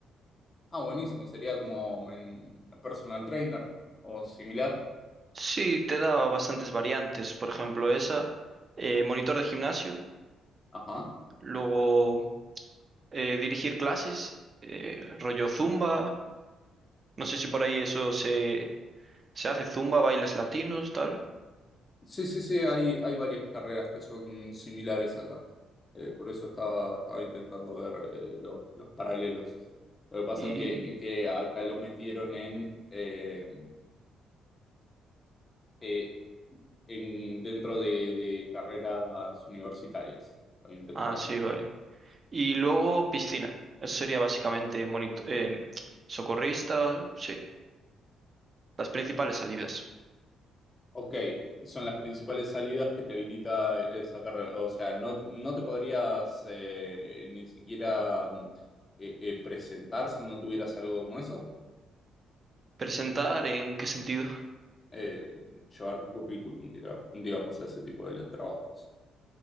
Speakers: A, on the left; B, on the right.
A: Ah, buenísimo, sería como en personal trainer o similar.
B: Sí, te da bastantes variantes. Por ejemplo, esa, eh, monitor de gimnasio,
A: Ajá.
B: luego eh, dirigir clases, eh, rollo zumba. No sé si por ahí eso se, se hace, zumba, bailes latinos, tal.
A: Sí, sí, sí, hay, hay varias carreras que son similares acá. Eh, por eso estaba, estaba intentando ver eh, los, los paralelos. Lo que pasa
B: Y.
A: es que, que acá lo metieron en... eh, eh, en, dentro de, de carreras universitarias. Lo intentaron
B: Ah, sí,
A: meter.
B: vale. Y luego piscina. Eso sería básicamente monito- em, socorrista, sí, las principales salidas.
A: Ok, son las principales salidas que te habilita esa carrera. O sea, no, no te podrías eh, ni siquiera mm, eh, eh, presentar si no tuvieras algo como eso.
B: ¿Presentar en qué sentido?
A: Eh, llevar tu currículum, diga- digamos, a ese tipo de trabajos.